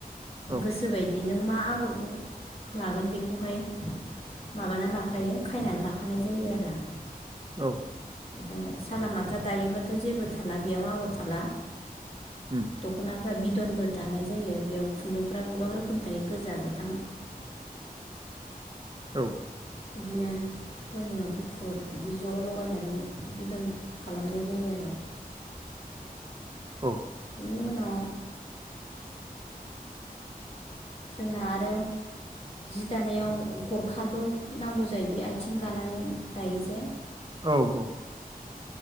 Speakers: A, on the right (about 30°); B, on the left (about 40°).
A: औ
B: गोसोबायदि नों मा आगरखौ लागोन बेखौहाय माबानानानै लाखायो खायनानै लाखानाय जायो आरो।
A: औ
B: ओमफ्राय सालालामाथा दायोबाथ' जेबो थाला बेयाव आगर थाला
A: उम
B: दख'ना बिदनबो दानाय जायो बेयाव खुन्दुंफ्रा गोबां रोखोम थायो गोजा गोथां।
A: औ
B: बिदिनो गोमो गुफुर बिदि ज' लगायनानै बिदन। खालामनाय जायो आरो।
A: औ
B: बेनि उनाव जोंना आरो। जि दानायाव गरखाबो नांगौ जायो। बे आथिं गानानै दायो जे।
A: औ औ।